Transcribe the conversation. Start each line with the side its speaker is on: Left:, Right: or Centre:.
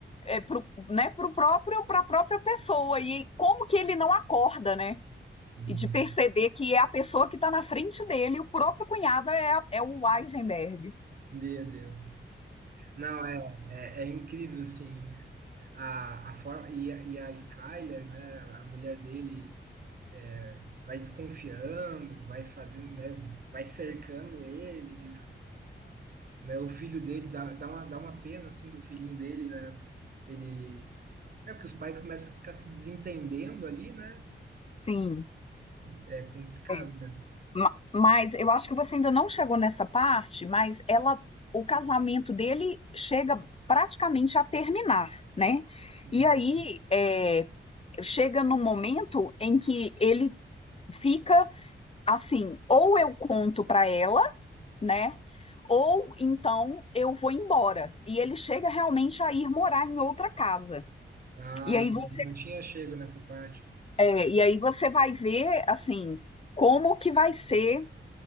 Left: é, pro, né, pro próprio para a própria pessoa e como que ele não acorda, né?
Right: Sim.
Left: E de perceber que é a pessoa que está na frente dele, o próprio cunhado é, a- é o Eisenberg.
Right: Meu Deus. Não, é, é, é incrível, assim, a, a forma, e a, e a Skyler, né, a mulher dele, é, vai desconfiando, vai fazendo, né, vai cercando ele né? O filho dele dá, dá uma, dá uma pena assim do filhinho dele, né? Ele é porque os pais começam a ficar se desentendendo ali, né?
Left: Sim.
Right: É complicado
Left: É.
Right: mesmo.
Left: Ma- Mas eu acho que você ainda não chegou nessa parte, mas ela, o casamento dele chega praticamente a terminar, né?
Right: Hum.
Left: E aí, é, chega num momento em que ele fica assim, ou eu conto para ela, né? Ou então eu vou embora. E ele chega realmente a ir morar em outra casa.
Right: Ah,
Left: E aí você,
Right: não não tinha chego nessa parte.
Left: é, e aí você vai ver assim como que vai ser